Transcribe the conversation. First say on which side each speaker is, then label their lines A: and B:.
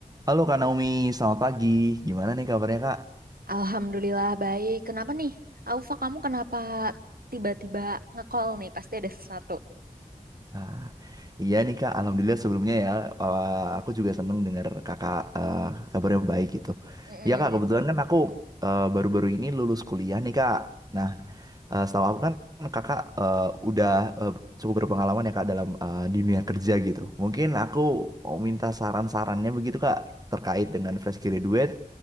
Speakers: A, on the right (about 25°); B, on the right (about 85°).
A: Halo Kak Naomi, selamat pagi. Gimana nih kabarnya Kak?
B: Alhamdulillah baik. Kenapa nih? Aufa, kamu kenapa tiba-tiba nge-call nih? Pasti ada sesuatu.
A: Ah, iya nih Kak, Alhamdulillah sebelumnya ya. eh, aku juga seneng dengar Kakak eh, kabarnya baik gitu.
B: Mm-mm.
A: Iya Kak, kebetulan kan aku eh, baru-baru ini lulus kuliah nih Kak. Nah, eh, setahu aku kan Kakak eh, udah eh, cukup berpengalaman ya Kak dalam eh, di dunia kerja gitu. Mungkin aku mau minta saran-sarannya begitu Kak terkait dengan fresh graduate